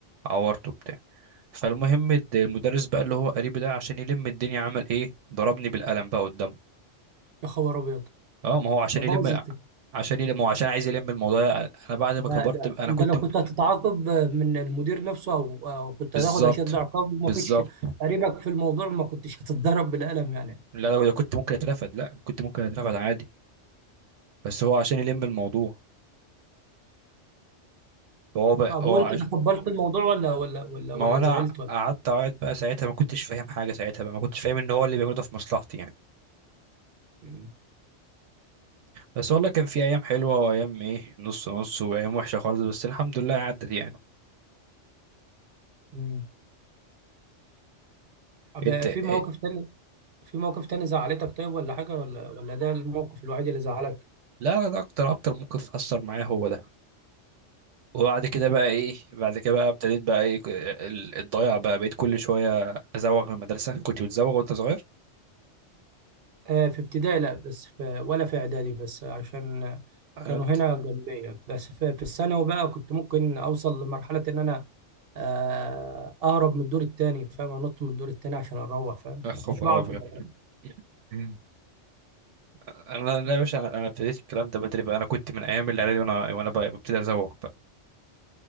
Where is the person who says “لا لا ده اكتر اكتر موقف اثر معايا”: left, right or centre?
Right